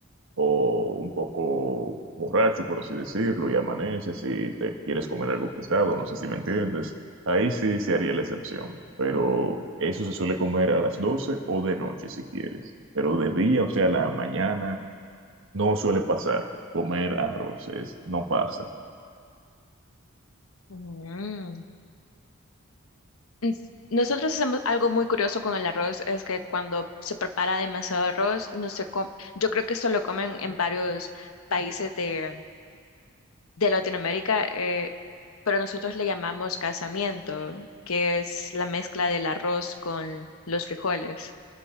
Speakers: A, on the right; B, on the left.
A: o un poco borracho, por así decirlo, y amaneces y te quieres comer algo pesado, no sé si me entiendes, ahí sí se haría la excepción, pero eso se suele comer a las 12 o de noche si quieres, pero de día, o sea, la mañana, no suele pasar, comer arroz es- no pasa.
B: Mm. Ens- Nosotros hacemos algo muy curioso con el arroz, es que cuando se prepara demasiado arroz, no se com- yo creo que esto lo comen en varios países de, de Latinoamérica, eh, pero nosotros le llamamos casamiento, que es la mezcla del arroz con los frijoles.